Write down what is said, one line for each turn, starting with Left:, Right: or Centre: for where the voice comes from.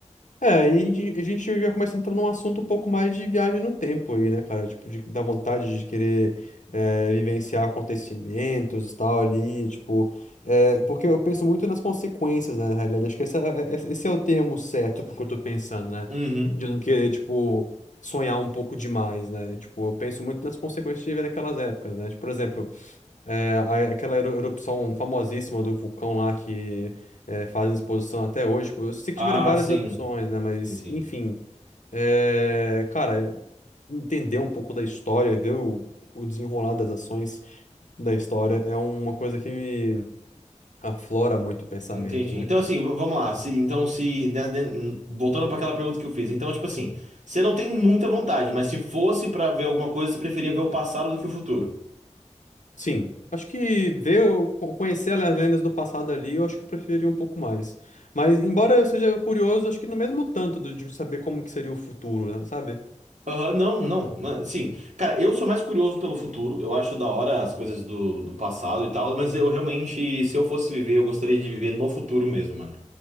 Left: É, aí a gente, a gente já começa a entrar num assunto um pouco mais de viagem no tempo aí, né, cara? Tipo, de, da vontade de querer eh, vivenciar acontecimentos e tal ali, tipo... eh, porque eu penso muito nas consequências, né, na realidade. Acho que essa, é- é- esse é o termo certo pro que eu tô pensando, né?
Right: Uhum.
Left: De eu não querer, tipo, sonhar um pouco demais, né? Tipo, eu penso muito nas consequências de viver naquelas épocas, né? Tipo, por exemplo... É, a- aquela eru- erupção famosíssima do vulcão lá que é, fazem exposição até hoje. Tipo, eu sei que
Right: Ah,
Left: tiveram várias
Right: sim.
Left: opções, né? Mas,
Right: Sim, sim.
Left: enfim. É, cara, entender um pouco da história, ver o, o desenrolar das ações da história é uma coisa que me aflora muito o pensamento,
Right: Entendi.
Left: né,
Right: Então,
Left: cara?
Right: assim, v- vamos lá. Se, então, se. né, né, voltando para aquela pergunta que eu fiz. Então, tipo assim, você não tem muita vontade, mas se fosse para ver alguma coisa, você preferia ver o passado do que o futuro.
Left: Sim, acho que ver, o- co- conhecer as lendas do passado ali, eu acho que eu preferiria um pouco mais. Mas, embora eu seja curioso, acho que no mesmo tanto do- de saber como que seria o futuro, né, sabe?
Right: Aham, não, não, não. Sim. Cara, eu sou mais curioso pelo futuro. Eu acho da hora as coisas do, do passado e tal, mas eu realmente, se eu fosse viver, eu gostaria de viver no futuro mesmo, mano.